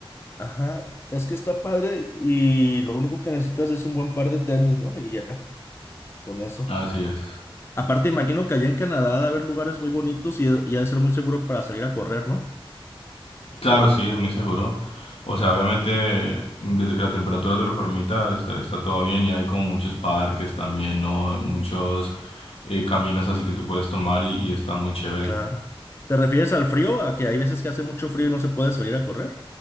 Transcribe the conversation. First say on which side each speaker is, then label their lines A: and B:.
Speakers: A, on the left; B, on the left.
A: ajá. Es que está padre y lo único que necesitas es un buen par de tenis, ¿no? Y ya, con eso.
B: Así es.
A: Aparte, imagino que allá en Canadá debe haber lugares muy bonitos y, y ha de ser muy seguro para salir a correr, ¿no?
B: Claro, sí, es muy seguro. O sea, obviamente, desde que la temperatura te lo permita, está, está todo bien y hay como muchos parques también, ¿no? Muchos eh, caminos así que tú puedes tomar y, y está muy chévere.
A: Claro. ¿Te refieres al frío? ¿A que hay veces que hace mucho frío y no se puede salir a correr?